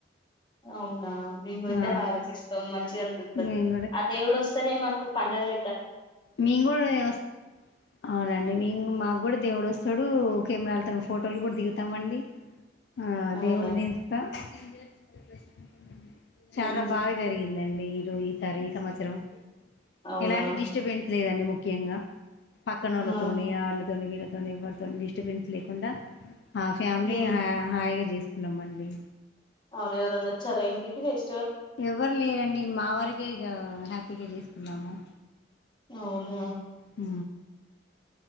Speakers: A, on the left; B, on the left.
A: అవునా మేము అయితే
B: ఆ,
A: హారతి ఇస్తాం. మంచి అనిపిస్తది.
B: మేము
A: ఆ దేవుడు వస్తేనే మాకు పండగల
B: మేం కూడా వస్ అవునండి మాకు కూడా దేవుడు వస్తాడు. కెమెరాలతో ఫోటోలు కూడా దిగుతామండి. ఆ
A: అవునా
B: దేవుని దీంత ఇండియా చాలా ప్రశాంతంగా ఉంది చాలా
A: ఉహు
B: బాగా జరిగిందన్ ఈరోయి ఈసారి సంవత్సరం
A: అవునా
B: ఎలాంటి డిస్టబెన్స్ లేదండి ముఖ్యంగా పక్కన ఒళ్ళతోని
A: ఆహా
B: ఆళ్ళతోని వీళ్ళత్ తోని ఎవరితోని డిస్టబెన్స్ లేకుండా ఆ ఫ్యామిలీ
A: ఉమ్
B: హ్య హయ్ గా దీసు లమండి
A: అవును ఎవరన్న వచ్చార ఇంటికి వేస్
B: ఎవ్వరు లేరండి మా వరకే ఇక హ్యాప్ టికెట్ తీసుకున్నాము
A: అవునా
B: ఊ